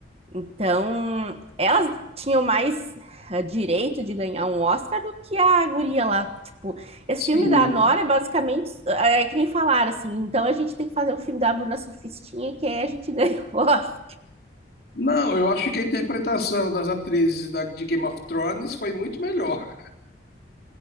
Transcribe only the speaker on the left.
Sim.
Não, eu acho que a interpretação das atrizes da- de Game of Thrones foi muito melhor.